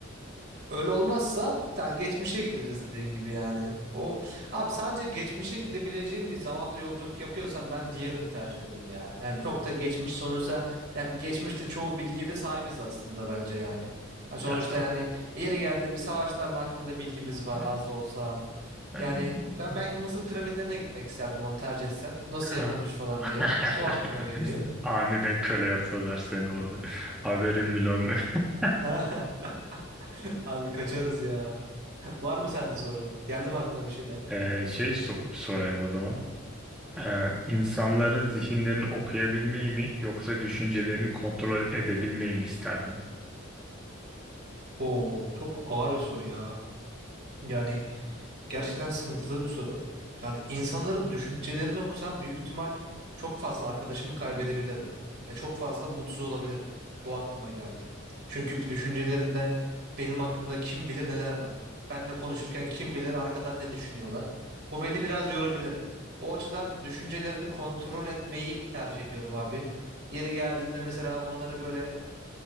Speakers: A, on the right (about 55°); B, in the centre.
A: Öyle olmazsa yani geçmişe gideriz dediğin gibi yani. O abi sadece geçmişe gidebileceğim bir zamanda yolculuk yapıyorsam ben diğerini tercih ederim ya. Yani çok da geçmiş sonuçta yani geçmişte çoğu bilgiye de sahibiz aslında bence yani. Ha sonuçta
B: Ya,
A: yani yeri geldiğinde bir savaşlarla hakkında bilgimiz var
B: e,
A: az da olsa.
B: ay,
A: Yani ben belki Mısır piramitlerine gitmek isterdim onu tercih etsem. Nasıl
B: ha.
A: yapılmış falan diye.
B: <laughs>
A: O aklıma geliyor.
B: Aniden köle yapıyorlar seni orada. <laughs> Haberin bile olmuyor. <laughs>
A: <laughs> Abi kaçarız ya. Var mı sende soru? Geldi mi aklına bir şeyler?
B: Ee, şey sok- sorayım o zaman. Ee, insanların zihinlerini okuyabilmeyi mi yoksa düşüncelerini kontrol edebilmeyi mi isterdin?
A: Oo, çok ağır bir soru ya. Yani gerçekten sıkıntılı bir soru. Yani insanların düşüncelerini okusam büyük ihtimal çok fazla arkadaşımı kaybedebilirim ve çok fazla mutsuz olabilirim. Bu aklıma geldi. Çünkü düşüncelerinde benim hakkımda kim bilir neler var. Benle konuşurken kim bilir arkadan ne düşünüyorlar. Bu beni biraz yorabilir. O açıdan düşüncelerini kontrol etmeyi tercih ediyorum abi. Yeri geldiğinde mesela onları böyle